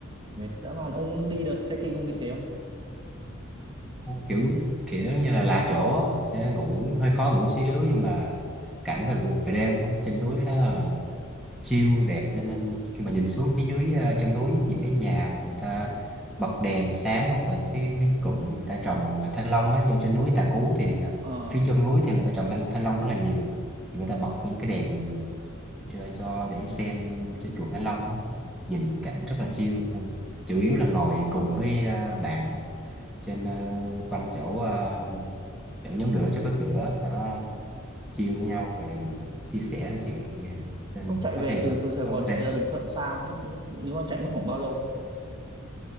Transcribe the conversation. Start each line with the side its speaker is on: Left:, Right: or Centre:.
Right: mệt dã man ông đi đợt trekking ông bị thế không
Centre: kiểu kiểu như là lạ chỗ á, tôi sẽ ngủ hơi khó ngủ xíu nhưng mà cảnh về về đêm á, trên núi khá là chiêu đẹp nên, nên khi mà nhìn xuống phía dưới ờ, chân núi những cái nhà mà người ta bật đèn sáng hoặc là những cái cái cụm người ta trồng ờ, thanh long á do trên núi Tà Cú thì là
Right: ờ
Centre: phía chân núi thì người ta trồng thanh, thanh long rất là nhiều thì người ta bật những cái đèn cho, cho để xem trên ruộng thanh long á. nhìn cảnh rất là chill nên chủ yếu là ngồi cùng với ờ, bạn trên ờ, quanh chỗ ờ, chỗ nhóm lửa chỗ bếp lửa sau đó chill với nhau rồi chia sẻ chuyện này kia. nên
Right: ông chạy
Centre: có
Right: về
Centre: thể
Right: từ từ Sài
Centre: có
Right: Gòn chạy
Centre: thể
Right: ra Bình Thuận sao mất, mất nếu mà chạy mất khoảng bao lâu có